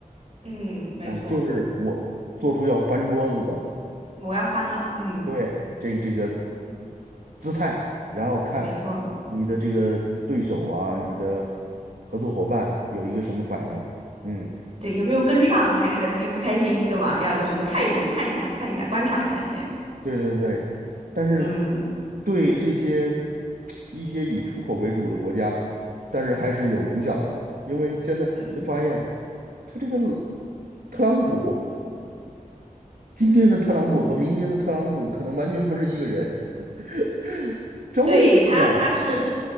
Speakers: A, on the right; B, on the right.
A: 嗯，没错，
B: 嗯，就是我做出要翻桌子的。
A: 我要翻了，嗯，
B: 对，这个这个姿态，然后看
A: 没错。
B: 你的这个对手啊，你的合作伙伴有一个什么反应。嗯，
A: 对，有没有跟上，还是还是不开心，对吗？要有什么态度，看一下，看一下，观察一下先。
B: 对对对，但是
A: 嗯
B: 对这些一些以出口为主的国家，但是还是有影响的，因为现在就发现
A: 嗯，
B: 他这个特朗普，今天的特朗普和明天的特朗普可能完全不是一个人，<laughs> 周立夕感
A: 对他，他是